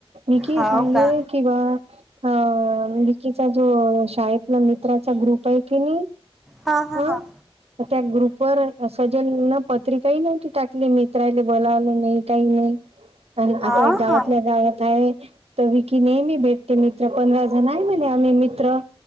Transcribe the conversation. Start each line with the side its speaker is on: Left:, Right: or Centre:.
Right: मीकि
Centre: हाव
Right: सांगले.
Centre: का
Right: किंवा. ह मिकीचा जो शाळेतला मित्राचा ग्रुप आहे की नाही.
Centre: हा हा
Right: अ
Centre: हा.
Right: त्या ग्रुपवर सजन न पत्रिकाही नव्हती टाकली मित्रायले बोलावलं नाही काही नाही. आणि
Centre: हा
Right: आता एक गावातल्या
Centre: हा
Right: गावात आहे. तर विकी नेहमी भेटते मित्र पंधरा जण आहे म्हणे आम्ही मित्र.